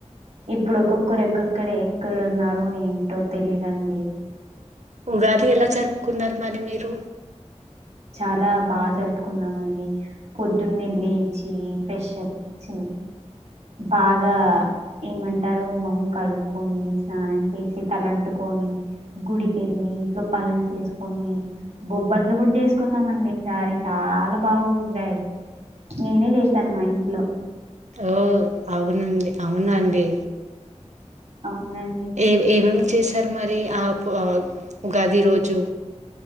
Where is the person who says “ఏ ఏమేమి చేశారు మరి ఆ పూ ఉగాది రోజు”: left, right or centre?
Right